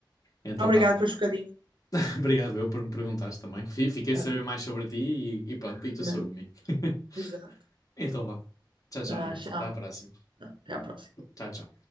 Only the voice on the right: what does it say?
Obrigado
por um bocadinho.
Ah,
É,
exato.
ah,
tchau.
Até à próxima.